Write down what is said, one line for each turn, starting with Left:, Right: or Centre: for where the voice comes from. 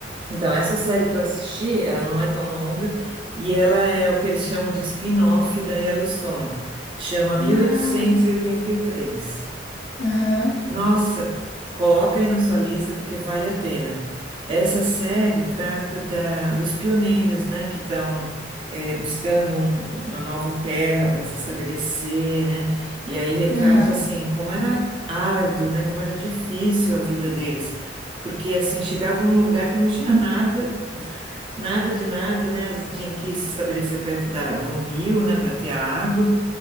Right: Então, essa série que eu assisti, ela não é tão longa e ela é o que eles chamam de spin-off da Yellowstone. Chama 1883.
Left: Ah. Aham,
Right: Nossa, coloca aí na sua lista porque vale a pena. Essa série trata da, dos pioneiros, né, que estão eh, buscando um- uma nova terra para se estabelecer, né? E aí retrata
Left: aham,
Right: assim como era árduo, né, como era difícil a vida deles, porque assim chegavam num lugar que não tinha nada, nada de nada, né? Tinha que se estabelecer perto da, de um rio, né, para ter a água.